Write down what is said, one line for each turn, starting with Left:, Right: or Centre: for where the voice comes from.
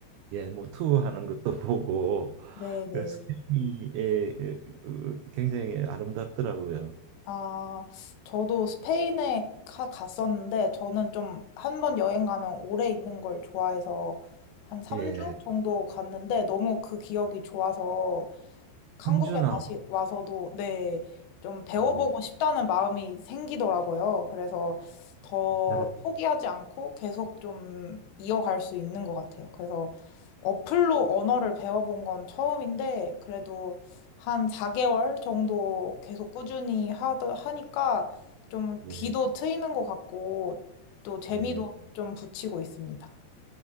Right: 예, 뭐 투어하는 것도 보고
Left: 네, 네.
Right: 그래서 필름이 예, 예, 어, 굉장히 아름답더라고요.
Left: 아, 저도 스페인에 가, 갔었는데, 저는 좀 한 번 여행 가면 오래 있는 걸 좋아해서 한 3주
Right: 예,
Left: 정도 갔는데, 너무 그 기억이 좋아서 한국에
Right: 함준아,
Left: 다시 와서도 네, 좀 배워보고
Right: 뭐
Left: 싶다는 마음이 생기더라고요. 그래서 더
Right: 나를
Left: 포기하지 않고 계속 좀 이어갈 수 있는 것 같아요. 그래서 어플로 언어를 배워본 건 처음인데 그래도 한 4개월 정도 계속 꾸준히 하더, 하니까 좀
Right: 예,
Left: 귀도 트이는 것 같고 또 재미도
Right: 예,
Left: 좀 붙이고 있습니다.